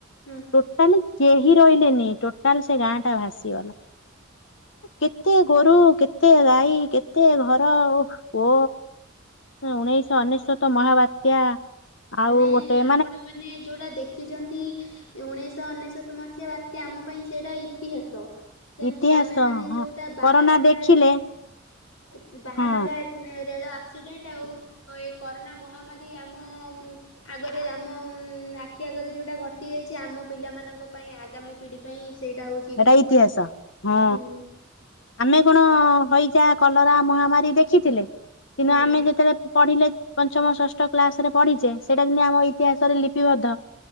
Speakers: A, on the left; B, on the left.
A: ହୁଁ
B: ଟୋଟାଲି କେହି ରହିଲେନି ଟୋଟାଲ ସେ ଗାଁ ଟା ଭାସିଗଲା। କେତେ ଗୋରୁ କେତେ ଗାଈ କେତେ ଘର ଓହୋ ଉଣେଇଶ ଅନେଶତ ମହାବାତ୍ୟା ଆଉ
A: ମାନେ
B: ଗୋଟେ
A: ଆପଣ ମାନେ ଯୋଉଟା ଦେଖିଚନ୍ତି ଉଣେଇଶ ସ ଅନେଶତ ମସିହା ବାତ୍ୟା ଆମ ପାଇଁ ସେଇଟା ଇତିହାସ। ସେମିତି
B: ଇତିହାସ
A: ଆମେ ମାନେ
B: ହଁ
A: ଯୋଉଟା ବାହାନଗା
B: କରୋନା ଦେଖିଲେ
A: ଟ୍ରେନ୍ ବାହାନଗ
B: ହଁ
A: ଉଁ ରେଳ ଆକ୍ସିଡେଣ୍ଟ ଆଉ ଏ କରୋନା ମହାମାରୀ ଆମ ମଁ ଆଗରେ ଆମ ଉଁ ଆଖି ଆଗରେ ଯୋଉଟା ଘଟି ଯାଇଛି ଆମ ପିଲା ମାନଙ୍କ ପାଇଁ ଆଗାମୀ ପିଢି ପାଇଁ ସେଇଟା ହଉଛି
B: ସେଟା ଇତିହାସ ହଁ
A: ହୁଁ
B: ଆମେ କଣ ହଇଜା କଲରା ମହାମାରୀ ଦେଖିଥିଲେ କିନ୍ତୁ ଆମେ
A: ନାଇଁ
B: ଯେତେବେଳେ ପଢିଲେ ପଞ୍ଚମ ଷଷ୍ଠ କ୍ଲାସ ରେ ପଢିଚେ ସେଇଟା ଜିନ୍ତି ଆମ ଇତିହାସରେ ଲିପିବଦ୍ଧ